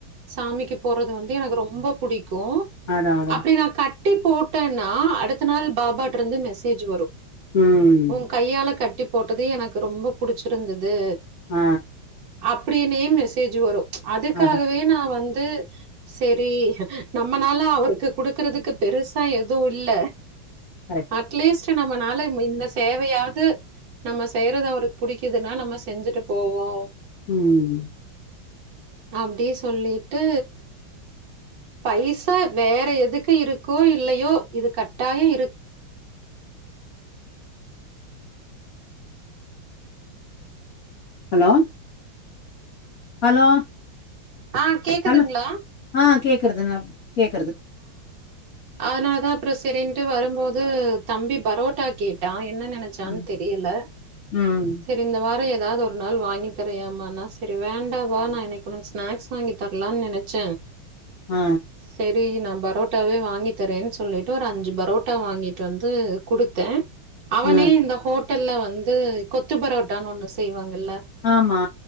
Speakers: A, on the right (about 60°); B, on the left (about 50°).
A: சாமிக்கு போடுறது வந்து எனக்கு ரொம்ப புடிக்கும்
B: அதா அதா
A: அப்படி நா கட்டி போட்டேன்னா அடுத்த நாள் பாபாட்டருந்து மெசேஜ் வரு
B: ம்
A: உங்கையால கட்டி போட்டது எனக்கு ரொம்ப புடிச்சிருந்துது
B: ஆ
A: அப்டினே மெசேஜ் வரு ச் அதுக்காகவே
B: அதா
A: நா வந்து சே ரி நம்மனால அவருக்கு குடுக்குறதுக்கு பெருசா எதுவு இல்ல
B: கரெக்ட்
A: அட்லீஸ்ட் நம்மனால ம் இந்த சேவையாது நம்ம செய்யறது அவருக்கு புடிக்குதுன்னா நம்ம செஞ்சுட்டு போவோ
B: ம்
A: அப்டி சொல்லிட்டு பைசா வேற எதுக்கு இருக்கோ இல்லையோ இது கட்டாயம் இருக்
B: ஹலோ ஹலோ
A: ஆ கேக்குதுங்களா
B: ஹலோ ஆ கேக்கறதுனா கேக்கறது
A: அதனால தா அப்றோ சரின்ட்டு வரும்போது தம்பி பரோட்டா கேட்டா என்ன நென ச்சான்
B: ம்
A: தெரியல
B: ம்
A: சேரி இந்த வார எதாது ஒரு நாள் வாங்கி தரியாமான்னா சரி வேண்டா வா நா இன்னைக்கு உனக் ஸ்நாக்ஸ் வாாங்கி தரலான் நினச்ச
B: ஆ
A: சேரி நா பரோட்டாவே வாங்கி தரேன் சொல்லிட்டு ஒரு அஞ்சு பரோட்டா வாங்கிட்டு வந்து குடுத்தே அவனே
B: ஆ
A: இந்த ஹோட்டல்ல வந்து கொத்து பரோட்டான் ஒன்னு செய்வாங்கல்ல
B: ஆமா